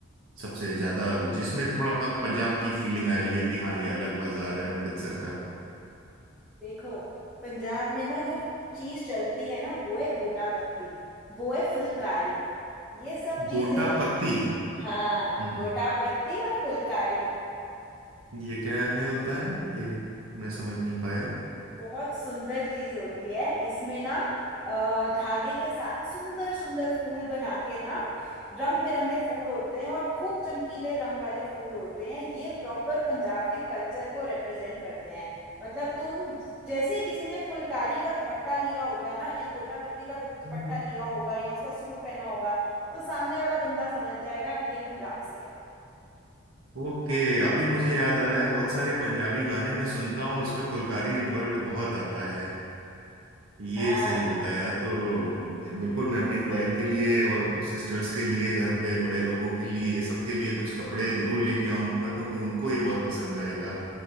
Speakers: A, on the right; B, in the centre.
A: सबसे ज्यादा जिसमें थोड़ा पंजाब की फीलिंग आए लगे कि हाँ ये अलग बाजार है अमृतसर का
B: देखो पंजाब में ना जो चीज चलती है ना वो है गोटा पत्ती वो है फुलकारी ये सब चीजें
A: गोटापत्ती
B: हाँ
A: हम्म
B: गोटा पत्ती और फुलकारी
A: ये क्या है होता है ये मैं समझ नहीं पाया
B: बहुत सुंदर चीज होती है इसमें ना अ, धागे के साथ सुंदर सुंदर फूल बना के ना रंग बिरंगे फूल होते हैं और खूब चमकीले रंग वाले फूल होते हैं ये प्रॉपर पंजाब के कल्चर को रिप्रेजेंट करते हैं मतलब तुम जैसे ही किसी ने फुलकारी का दुपट्टा लिया होगा ना या गोटा पत्ती का दुप- दुपट्टा
A: ओ
B: लिया होगा या उसका सूट पहना होगा तो सामने वाला बंदा समझ जाएगा कि ये पंजाब से है
A: ओके अभी मुझे याद आ रहा है बहुत सारे पंजाबी गाने मैं सुनता हूँ उसमें फुलकारी वर्ड बहुत आता है ये
B: हाँ
A: सही बताया तो बिल्कुल मैं अपनी वाइफ के लिए और सिस्टर्स के लिए घर पे बड़े लोगों के लिए सबके लिए कुछ कपड़े जरूर लेके आऊंगा क्योंकि उनको ये बहुत पसंद आएगा